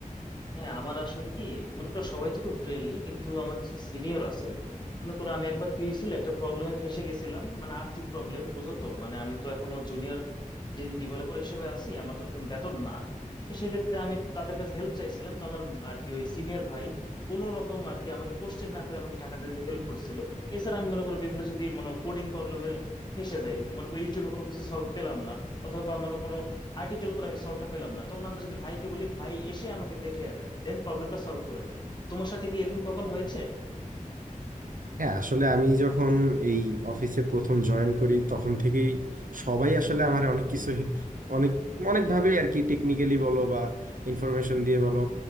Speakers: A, on the left; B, on the right.
A: হ্যাঁ আমার আসলে কি মনে করো সবাই তো খুব ফ্রেন্ডলি কিন্তু আমার কিছু সিনিয়র আছে মনে করো আমি একবার কি হয়েছিল একটা প্রবলেমে ফেসে গেছিলাম মানে আর্থিক প্রবলেম বুঝো তো মানে আমি তো এখনো জুনিয়র ডেভেলপার হিসেবে আছি আমার তো ওরকম বেতন না তো সেক্ষেত্রে আমি তাদের কাছে হেল্প চাইছিলাম তো আমার আর কি ওই সিনিয়র ভাই কোনো রকম আর কি আমাকে কোশ্চেন না করে আমাকে টাকাটা দিতে হেল্প করছিল এছাড়া আমি মনে করো বিভিন্ন যদি মনে কোডিং প্রবলেমে ফেসে যাই মনে করো ইউটিউবে কোনো কিছু সলভ পেলাম না অথবা মনে কোনো আর্টিকেল পর আমি সলভটা পেলাম না তখন আমরা যদি ভাইকে বলি ভাই এসে আমাকে দেখে দেয় দেন প্রবলেমটা সলভ করে দেয় তোমার সাথে কি এরকম কখন হয়েছে
B: হ্যাঁ আসলে আমি যখন এই অফিসে প্রথম জয়েন করি তখন থেকেই সবাই আসলে আমার অনেক কিছু হে- অনেক অনেকভাবেই আর কি টেকনিক্যালি বলো বা ইনফরমেশন দিয়ে বলো